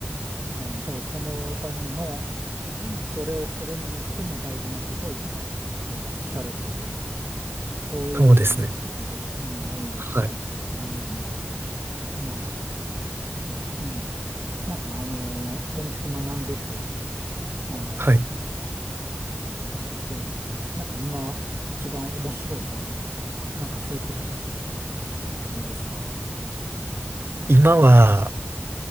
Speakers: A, on the right; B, on the right.
A: うんじゃあそのための、どれをするにしても大事なことを今やっていらっしゃるという、そういう感じですね。
B: そうですね。
A: はいはい
B: はい。
A: うん。なる。ほど。うん。なんかあの、建築学んでて、あの、
B: はい。
A: あとそういう、なんか今一番面白いと思うこととか、なんかそういうことを聞いてもいいですか
B: 今は、